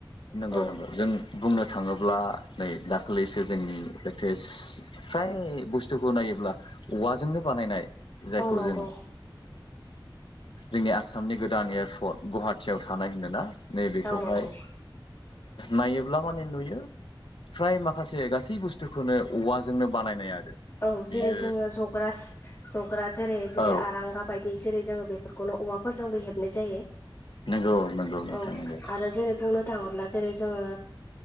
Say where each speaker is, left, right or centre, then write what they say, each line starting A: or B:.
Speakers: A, on the left; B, on the left.
A: नंगौ
B: औ
A: नंगौ जों बुंनो थाङोब्ला नै दाखालिसो जोंनि लेटेस्ट फ्राय बुस्थुखौ नायोब्ला औवाजोंनो बानायनाय जायखौ
B: औ नंगौ
A: जों जोंनि आसामनि गोदान एयारपर्ट गुवाहाटीआव थानाय होनोना नैबेखौहाय
B: औ नंगौ
A: नायोब्ला माने नुयो फ्राय माखासे गासै बुस्थुखौनो औवाजोंनो बानायनाय आरो
B: औ
A: बियो
B: जेरै जोङो जग्रा जग्रा जेरै जेरै
A: औ
B: आरांगा बायदि जेरै जोङो बे बेफोरखौनो औवाफोरजोंबो हेबनाय जायो
A: नंगौ नंगौ नोंथां
B: औ
A: नंगौ
B: आरो जेरै बुंनो थाङोब्ला जेरै जोङो